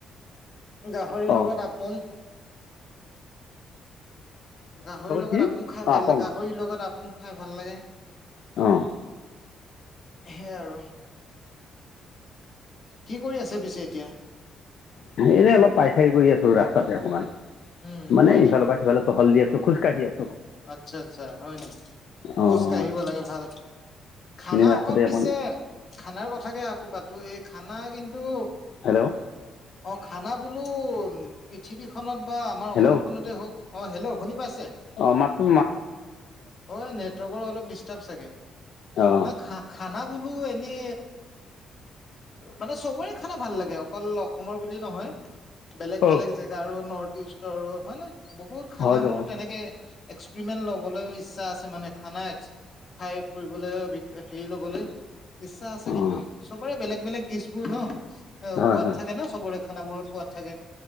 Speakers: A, on the left (about 45°); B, on the left (about 70°).
A: গাহৰিৰ
B: অঁ
A: লগত আপোং। গাহৰিৰ লগত
B: কি
A: আপোং খাই
B: অঁ
A: ভাল
B: আপং
A: লাগে। গাহৰিৰ লগত আপোং খাই ভাল লাগে।
B: অ'।
A: সেই আৰু। কি কৰি আছে পিছে এতিয়া?
B: এনে অলপ <unintelligible> কৰি আছো ৰাস্তাতে অকণমান
A: উম
B: মানে
A: হয় নি
B: ইফালৰ পৰা সিফালে তহল দি আছো। খোছ কাঢ়ি আছো।
A: আচ্ছা-আচ্ছা হয় নেকি
B: অঁ
A: খোজ কাঢ়িব লাগে ভাল। খানা
B: এনেই ৰাস্তাতে
A: অকল পিছে
B: অকণ
A: খানাৰ কথাকে আকৌ পাতো এই খানা কিন্তু
B: হেলো!
A: অ' খানা বোলো পৃথিৱীখনত বা, আমাৰ
B: হেল্ল'
A: অসমখনতে হওক অ' হেলো অ' শুনি পাইছে?
B: অ' মাত তো
A: হয়, নেটৱৰ্কৰ অলপ ডিষ্টাৰ্ব চাগে
B: অঁ
A: নায় খা খানা বোলো এনে মানে চবৰে খানা ভাল লাগে। <unintelligible> অকল অসমৰ বুলি নহয় বেলেগ-বেলেগ
B: অঁ
A: জেগা আৰু নৰ্থ ইষ্টৰও হয় নে বহুত খানা
B: হয়তো
A: মোৰ তেনেকে এক্সপেৰিমেণ্ট লবলৈ ইচ্ছা আছে মানে খানাই খাই ফুৰিবলৈ হেৰি লবলৈ। ইচ্ছা
B: অঁ
A: আছে কিন্তু চবৰে বেলেগ-বেলেগ দিষবোৰ ন' অ'
B: হয় হয়
A: এনেও চবৰে খানাবোৰত সোৱাদ থাকে